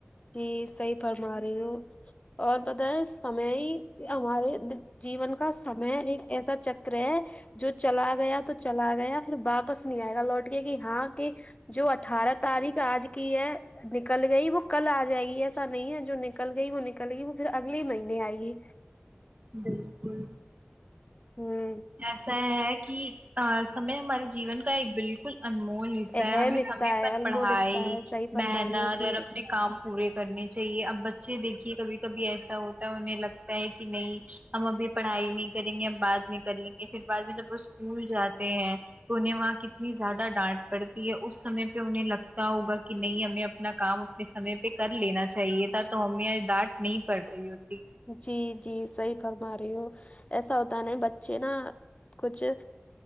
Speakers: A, on the left; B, on the right.
A: جی صحیح فرما رہی ہوں اور پتہ ہے سمے ہی ہمارے جیون کا سمے ایک ایسا چکر ہے جو چلا گیا تو چلا گیا پھر واپس نہیں آئے گا لوٹ کہ ہاں کہ جو اٹھارہ تاریخ آج کی ہے نکل گئی وہ کل آ جائے گی ایسا نہیں ہے جو نکل گئی وہ نکل گی وہ پھر اگلے مہینے ہی آئے گی
B: بلکل
A: ہمم
B: ایسا ہے کہ ا سمے ہمارے جیون کا ایک بلکل انمول حصہ
A: اہم
B: ہے ہمیں
A: حصہ
B: سمے
A: ہے
B: پر
A: انمول
B: پڑھائی
A: حصہ ہے صحیح فرما
B: محنت
A: رہے ہو جی
B: اور اپنے کام پورے کرنے چاہیے اب بچے دیکھیے کبھی کبھی ایسا ہوتا ہے انہیں لگتا ہے کہ نہیں ہم ابھی پڑھائی نہیں کریں گے ہم بعد میں کر لیں گے پھر بعد میں جب وہ اسکول جاتے ہیں تو انہیں وہاں کتنی زیادہ ڈانٹ پڑتی ہے اس سمے پہ انہیں لگتا ہوگا کہ نہیں ہمیں اپنا کام اپنے سمے پہ کر لینا چاہیے تھا تو ہمیں آج ڈانٹ نہیں پڑ رہی ہوتی
A: جی جی صحیح فرما رہی ہو ایسا ہوتا نہیں بچے نا کچھ